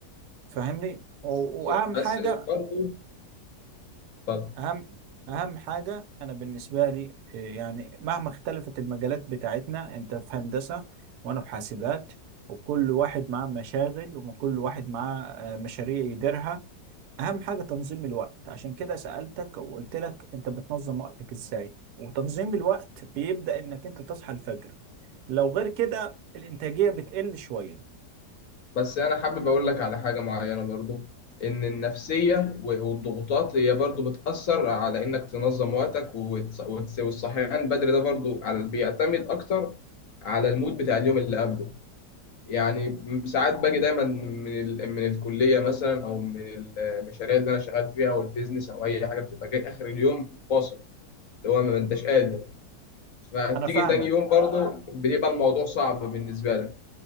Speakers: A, on the right; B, on the left.
A: فاهمني و-
B: بس
A: واهم
B: بس
A: حاجه
B: برضو اتفضل
A: اهم اهم حاجه انا بالنسبه لي إيه، يعني مهما اختلفت المجالات بتاعتنا انت في هندسه وانا في حاسبات وكل واحد معاه مشاغل وكل واحد معاه آه، مشاريع يديرها اهم حاجه تنظيم الوقت عشان كده سالتك وقلت لك انت بتنظم وقتك ازاي وتنظيم الوقت بيبدا انك انت تصحى الفجر لو غير كده الانتاجيه بتقل شويه
B: بس انا حابب اقول لك على حاجه معينه برضو ان النفسيه و- والضغوطات هي برضو بتاثر على انك تنظم وقتك وتص- وتص- والصحيان بدري ده برضو على بيعتمد اكتر على المود بتاع اليوم اللي قبله يعني ساعات باجي دايما من ال... من الكليه مثلا او من المشاريع اللي انا شغال فيها او البيزنس او اي حاجه بتبقى جاي اخر اليوم فاصل اللي هو ما انتش قادر فتيجي
A: انا فاهمك
B: تاني يوم برضه بيبقى الموضوع صعب بالنسبه لك